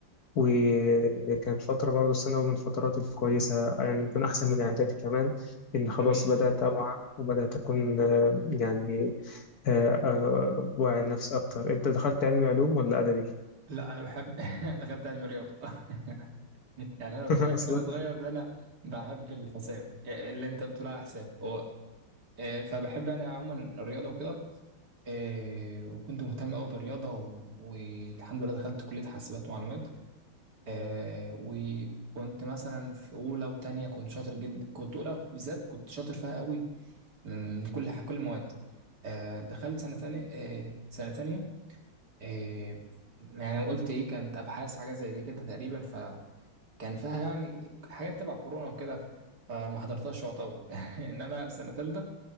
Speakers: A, on the left (about 55°); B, on the right (about 55°).
A: وكانت فترة برضه الثانوي من الفترات الكويسة يعني يمكن أحسن من الإعدادي كمان إن خلاص
B: جميل
A: بدأت أوعى وبدأت أكون آه، يعني آه، آه، واعي نفسي أكتر أنت دخلت علمي علوم ولا أدبي
B: لا أنا بحب <laughs> دخلت علم رياضة <laughs> يعني أنا قلت
A: <laughs>
B: لك
A: أصلا
B: وأنا صغير إن أنا بحب الحساب اللي أنت بتقول على حساب آه، فبحب انا عموما الرياضه وكده آه، وكنت مهتم قوي بالرياضه و- والحمد لله دخلت كليه حاسبات ومعلومات آه، وكنت مثلا في اولى وتانية كنت شاطر جدا كنت اولى بالذات كنت شاطر فيها قوي من كل ح- كل المواد آه، دخلت سنه تانية آه، سنه تانية آه، يعني قلت ايه كانت ابحاث حاجه زي دي كده تقريبا فكان فيها يعني حاجات تبع كورونا وكده فما حضرتهاش يعتبر <laughs> انما سنه تالتة